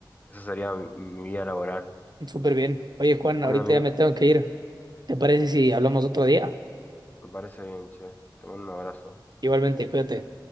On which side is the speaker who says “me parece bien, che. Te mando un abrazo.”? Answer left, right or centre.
Left